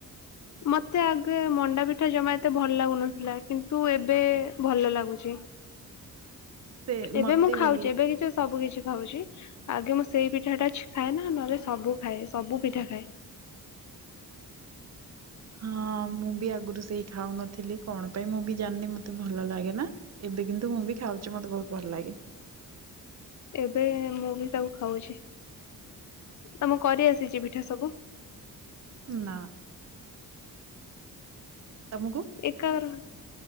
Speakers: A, on the left; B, on the right.
A: ମତେ ଆଗେ ମଣ୍ଡା ପିଠା ଜମା ଏତେ ଭଲ ଲାଗୁନ ଥିଲା। କିନ୍ତୁ ଏବେ ଭଲ ଲାଗୁଚି।
B: ସେ
A: ଏବେ
B: ମତେ
A: ମୁଁ ଖାଉଚି
B: ବି
A: ଏବେ କିଛି ସବୁ କିଛି ଖାଉଚି। ଆଗେ ମୁଁ ସେଇ ପିଠାଟା ଛ ଖାଏନା ନହେଲେ ସବୁ ଖାଏ, ସବୁ ପିଠା ଖାଏ।
B: ହଁ ମୁଁ ବି ଆଗୁରୁ ସେଇ ଖାଉନଥିଲି କଣ ପାଇଁ ମୁଁ ବି ଜାଣିନି ମତେ ଭଲ ଲାଗେନା ଏ ବେ କିନ୍ତୁ ମୁଁ ବି ଖାଉଚି ମତେ ବହୁତ ଭଲ ଲାଗେ।
A: ଏବେ ମୁଁ ବି ତାକୁ ଖାଉଚି। ତମକୁ କରି ଆସିଚି ପିଠା ସବୁ?
B: ନା ତମକୁ?
A: ଏକା <unintelligible>